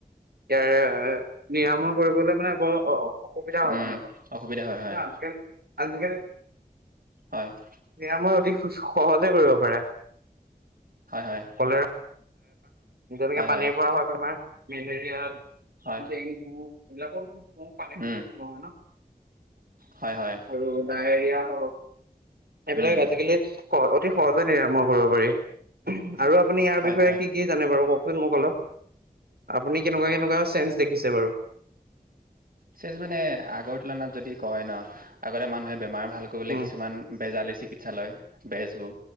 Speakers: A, on the right; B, on the right.
A: ইয়াৰে নিৰাময় কৰিবলৈ মানে বৰ অ' অসুবিধা হয়
B: উম,
A: মানে অলপ
B: অসুবিধা হয়, হয়,
A: আজিকালি আজিকালি
B: হয়,
A: নিৰাময় অতি সহজে কৰিব পাৰে।
B: হয়,
A: কলেৰ যেনেকে
B: হয়, হয়,
A: পানীৰ
B: হয়,
A: পৰা হোৱা বেমাৰ। মেলেৰিয়া
B: হয়,
A: ডেংগু এইবিলাকৰ পানী ৰ
B: উম,
A: পৰাই জন্ম হয় ন'।
B: হয় হয়
A: আৰু ডায়েৰিয়া হওঁক এইবিলাক
B: উম,
A: আজিকালি অতি সহজে নিৰাময় কৰিব পাৰি আৰু আপুনি ইয়াৰ
B: হয়,
A: বিষয়ে
B: হয়।
A: কি কি জানে বাৰু কওকচোন মোক অলপ আপুনি কেনেকুৱা কেনেকুৱা চেঞ্জ দেখিছে বাৰু
B: চেজ মানে আগৰ তুলনাত যদি কয় ন আগতে মানুহে বেমাৰ ভাল কৰিবলে
A: উম
B: কিছুমান বেজালী চিকিৎসালয় বেজবোৰ